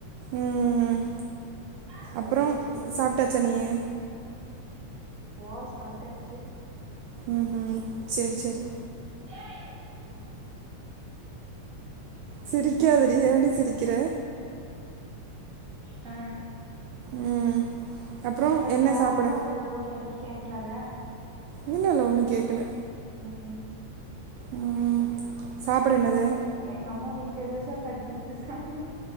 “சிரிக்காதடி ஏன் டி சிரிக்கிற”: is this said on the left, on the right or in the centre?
Right